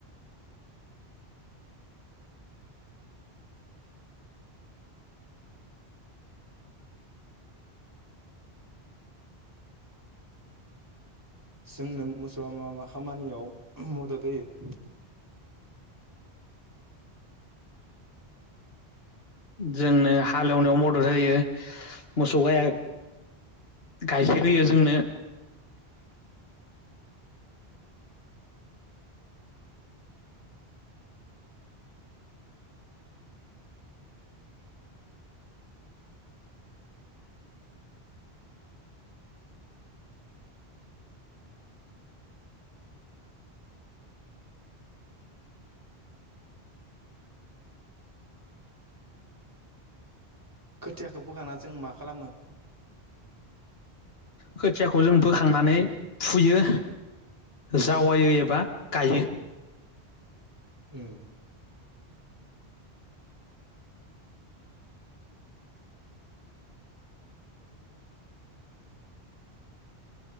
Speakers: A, on the right (about 20°); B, on the left (about 70°).
A: जोंनो मोसौआ मा मा खामानियाव मदद होयो?
B: जोंनो हालेवनायाव मदद होयो। मोसौ गाया गाइखेर होयो जोंनो।
A: खोथियाखौ फोखांना जों मा खालामो?
B: खोथियाखौ जों फोखांनानै फुयो। जावायो एबा गायो।
A: उम।